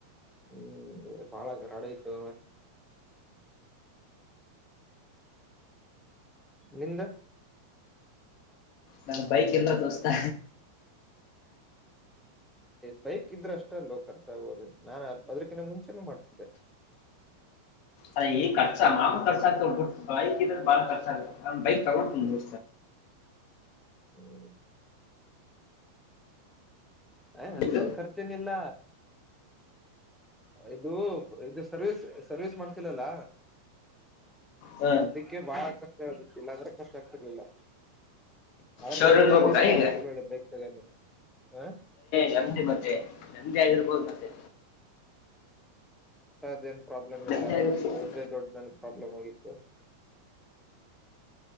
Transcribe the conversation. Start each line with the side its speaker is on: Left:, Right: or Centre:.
Centre: ಹ್ಮ್ ಬಾಳ ಕರಾಡ ಇತ್ರ ನಿಂದ
Left: ನಾ ಬೈಕ್ ಎಲ್ಲ ದೋಸ್ತಾ
Centre: ಬೈಕ್ ಇದ್ರೆ ಅಷ್ಟ ಅಲ್ಲೋ ಖರ್ಚಾಗೋುದು ನಾನನ್ ಅದ್ರಕಿಂತ ಮುಂಚೆನೆ ಮಾಡ್ತಿದ್ದೆ
Left: ಅದ ಈ ಖರ್ಚ ಮಾ ಖರ್ಚ ಆಗ್ಬಟ್ಟು ಬೈಕ್ ಇದ್ರೆ ಬಾಳಖರ್ಚ ಆಗ ನ್ ಬೈಕ್ ತಗೊಂಡತ
Centre: ಹ್ಮ್ ಅ್ ಅಷ್ಟೊಂದು
Left: ಈಗ
Centre: ಖರ್ಚನಿಲ್ಲ ಇದು ಇದು ಸರ್ವಿಸಸ್ ಸರ್ವಿಸ್ ಮಾಡ್ತಿಿಲ್ಲಲ್ಲ
Left: ಹ
Centre: ಅದಕ್ಕೆ ಬಾಳ ಕಷ್ಟ ಆತುತ್ತ ಇಲ್ಲಾದ್ರೆ ಕಷ್ಟ ಆಗ್ತಿರ್ಲಿಲ್ಲ ಆದ್ರೆ
Left: ಶೋರೂಮ್ಗೆ
Centre: ನಮ್ದೇ ಆಗ್ದೀನಪ್ಪ
Left: ಹೋಗ್ಬೇಕಾ ಈಗ
Centre: ಅಕ್ ಬೈಕ್ ತಗ ಹ
Left: ನಂದೆ ಮತ್ತೆ ನಂದಿ ಆಗಿರ್ಬೋದು ಮತ್ತೆ
Centre: ಊಟದೇನ್ ಪ್ರಾಬ್ಲಮ್
Left: ನೆಮ್ಮದಿ
Centre: ಇಲ್ಲ
Left: ಆಗಿರ್ಬೋದು
Centre: ಅದೊಂದೇ ದೊಡ್ಡ ಮನ್ ಪ್ರಾಬ್ಲಮ್ ಆಗಿತ್ತು